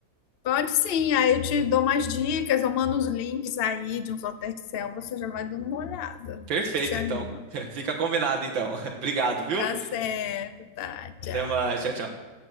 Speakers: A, on the left; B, on the right.
A: Pode sim, aí eu te dou umas dicas, eu mando os links aí de uns hotéis de selva, você já vai dando uma olhada.
B: Perfeito,
A: O que que te anima?
B: então. <laughs> Fica combinado, então. <laughs> Obrigado, viu?
A: Tá certo, tá,
B: Até
A: tchau.
B: mais. Tchau, tchau.